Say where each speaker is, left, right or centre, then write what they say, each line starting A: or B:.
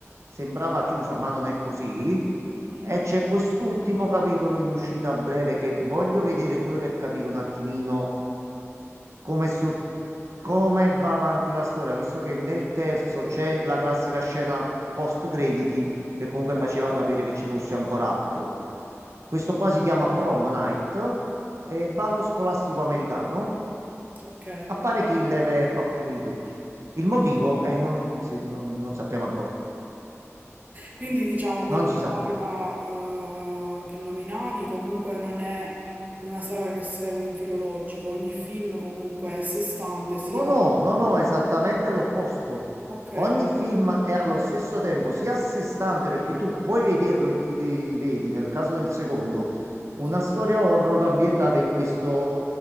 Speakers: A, on the right; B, on the right.
A: sembrava chiusa, ma non è così.
B: mhm,
A: E c'è quest'ultimo capitolo in uscita a breve che voglio vedere pure per capire un attimino come, su- come va avanti la storia, visto che nel terzo c'è la classica scena post crediti che comunque faceva capire che ci fosse ancora altro. Questo qua si chiama Prom Night, è ballo scolastico americano.
B: Ok.
A: Appare Killer e fa fuori di tutti. Il motivo è non, si- non- non sappiamo ancora.
B: Quindi diciamo quella
A: Non si
B: saga
A: sa.
B: eh, che nominavi comunque non è una saga che segue un filo logico, ogni film comunque è a sé stante, si
A: No,
B: apre.
A: no, no, no, esattamente l'opposto.
B: Ok,
A: Ogni
B: ok.
A: film è allo stesso tempo sia a sé stante perché tu puoi vederlo e ti, ti vedi, nel caso del secondo, una
B: Sì.
A: storia horror ambientata in questo